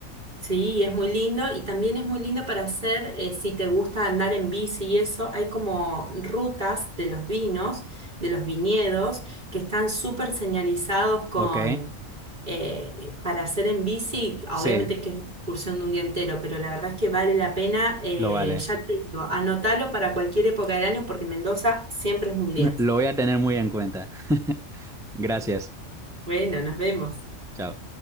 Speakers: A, on the right (about 40°); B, in the centre.
A: Sí, es muy lindo y también es muy lindo para hacer, eh, si te gusta andar en bici y eso, hay como rutas de los vinos, de los viñedos, que están súper señalizados con,
B: Ok,
A: eh, para hacer en bici, obviamente
B: sí,
A: que es una excursión de un día entero, pero la verdad es que vale la pena, eh,
B: lo vale.
A: ya te digo, anotalo para cualquier época del año porque Mendoza siempre es un
B: <laughs>
A: día.
B: Lo voy a tener muy en cuenta. Gracias.
A: Bueno, nos vemos.
B: Chao.